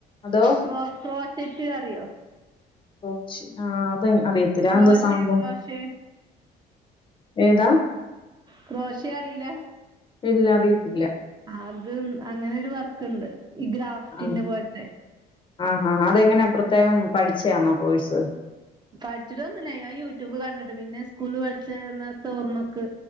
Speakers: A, on the left; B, on the right.
A: അതോ
B: ക്രോ ക്രോച്ചറ്റ് അറിയോ
A: ക്രോച്ച്അത് അറിയത്തില്ല അതെന്താ
B: ക്രോഷെ
A: സംഭവം
B: ക്രോഷെ
A: ഏതാ
B: ക്രോഷ അറില്ല
A: ഇല്ല അറിയത്തില്ല.
B: അത് അങ്ങനെ ഒരു വർക്കുണ്ട് ഈ ഗ്രാഫ്റ്റിന്റെ
A: ആഹ്.
B: പോലത്തെ
A: ആഹാ അതെങ്ങനെ പ്രത്യേകം പഠിച്ച യാണോ കോഴ്സ്
B: പഠിച്ചിട്ടൊന്നുംല്ല ഞാൻ യൂട്യൂബ് കണ്ടിട്ട് പിന്നെ സ്കൂള് പഠിച്ചിന്ന ഓർമക്ക്